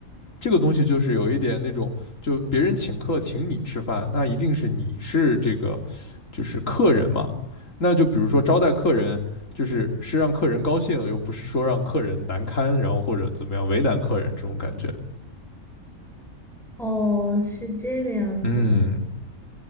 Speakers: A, on the left; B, in the centre.
A: 这个东西就是有一点那种，就别人请客请你吃饭，那一定是你是这个就是客人嘛。那就比如说招待客人，就是是让客人高兴，又不是说让客人难堪，然后或者怎么样为难客人这种感觉。
B: 哦，是这个样子的，
A: 嗯，